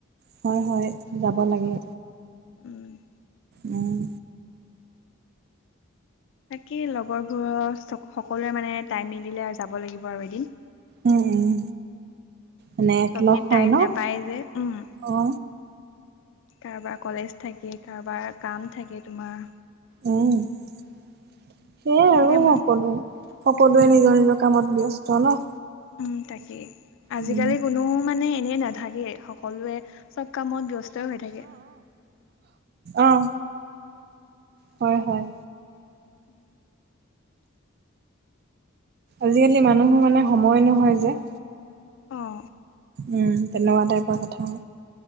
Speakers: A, on the right; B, on the left.
A: হয় হয় যাব লাগে
B: উম
A: উম
B: তাকে লগৰবোৰৰ সকলোৱে মানে টাইম মিলিলে আ যাব লাগিব আৰু এদিন
A: উম উম
B: এতিয়া
A: এনে
B: চবে
A: লগ হয়
B: টাইম
A: ন
B: নাপায় যে উম
A: অ
B: কাৰোবাক কলেজ থাকে কাৰোবাৰ কাম থাকে তোমাৰ
A: উম সেয়াই
B: সেইকাৰণে
A: আৰু
B: মানে
A: সকলো সকলোৱে
B: উম
A: নিজৰ নিজৰ কামত ব্যস্ত ন
B: উম তাকেই আজিকালি
A: উম।
B: কোনো মানে এনে নাথাকে সকলোৱে চব কামত ব্যস্তই হৈ থাকে
A: আহ হয় হয়
B: উম
A: আজিকালি মানুহৰ মানে সময় নহয় যে
B: অঁ
A: উম, তেনেকুৱা টাইপৰ কথা